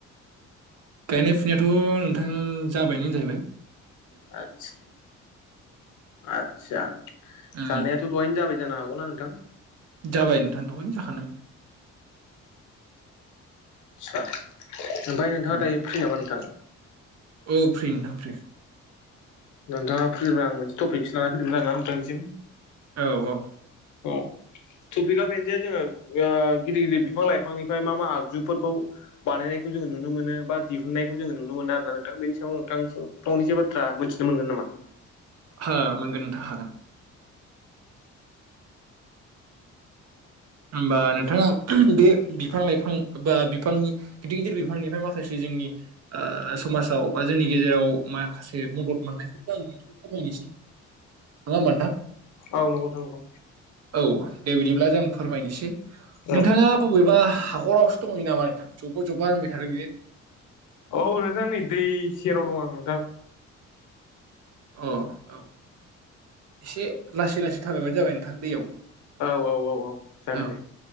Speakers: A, on the right; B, on the left.
A: गायनाय फुनायाथ' नोंथां जाबायनो होनजायबाय
B: आतस आतचा
A: उम
B: जानाय थो दहायनो जाबाय जानो हागौ ना नोंथां?
A: जाबाय नोंथां दहायनो जाखानदो
B: च्छा ओमफाय नोंथाङा
A: औ
B: दायो फ्रिनामा नोंथां?
A: औ फ्रि नोंथां फ्रि
B: नोंथाङा फ्रिबा आं मोनसे टपिकसो लानानै फैदोंमोन आरो नोंथांसिम
A: औ औ
B: औ टफिखा बेनो‌ जे जोंओ <unintelligible> गिदिर गिदिर बिफां लाइफांनिफ्राय मा मा आगजुफोरखौ बानायनायखौ जोङो नुनो मोनो बा दिहुननायखौ जोङो नुनो मोनो आरो ना नोंथां बेनि सायाव नोंथांनिसिम फंनैसो बाथ्रा मोनथि मोनगोन नामा?
A: हा मोनगोन नोंथां हागोन। ओमबा नोंथाङा आं <unintelligible> बे बिफां लाइफां बा बिफां गिदिर गिदिर बिफांनिफ्राय माखासे जोंनि ओ समाजाव बा जोंनि गेजेराव माखासे मदद मोननायफोरखौ कम <unintelligible> इसे नङा ओमबा नोंथां
B: औ नंगौ नोंथां नंगौ
A: औ दे बिदिब्ला जों फोरमायनोसै
B: औ
A: नोंथाङा बबेबा हाखरावसो दङैयो नामा नोंथां जब्ब जब्बा होनबाय थादों जि?
B: औ नोंथां नै दै सेराव दं आं नोंथां
A: अ औ एसे लासै लासै थाबायबानो जाबाय नोंथां दैयाव
B: ओ औ औ औ औ जागोन
A: औ
B: दे